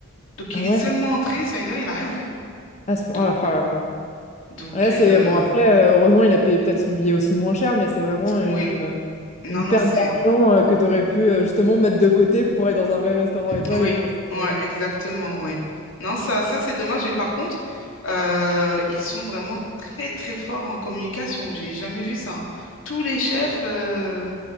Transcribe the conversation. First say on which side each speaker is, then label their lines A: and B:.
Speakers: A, on the left; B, on the left.
A: Donc
B: Ah
A: il
B: ouais?
A: est seulement entré, ça veut dire il a rien fait.
B: À ce point-
A: Donc,
B: ah, ah,
A: donc
B: Ouais, c'est
A: euh,
B: bon. Après, euh, heureusement, il a payé peut-être son billet aussi moins cher, mais c'est vraiment une,
A: oui,
B: euh,
A: non,
B: une
A: non,
B: perte
A: c'est.
B: d'argent euh, que tu aurais pu euh, justement mettre de côté pour aller dans un vrai restaurant étoilé,
A: Oui,
B: quoi. C'est,
A: ouais,
B: euh,
A: exactement, oui. Non, ça, ça c'est dommage. Et par contre, euh, ils sont vraiment très, très forts en communication. J'ai jamais vu ça. Tous les chefs euh,